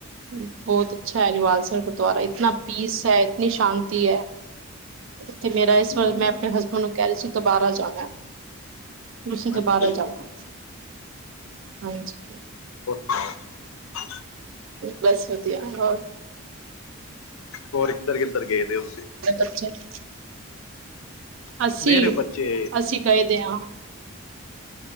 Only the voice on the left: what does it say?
ਹੂੰ
ਅੱਛਾ ਜੀ
ਹਾਂ
ਹੋਰ ਕਿੱਧਰ ਕਿੱਧਰ ਗਏਦੇ ਹੋ ਤੁਸੀਂ
ਮੇਰੇ ਬੱਚੇ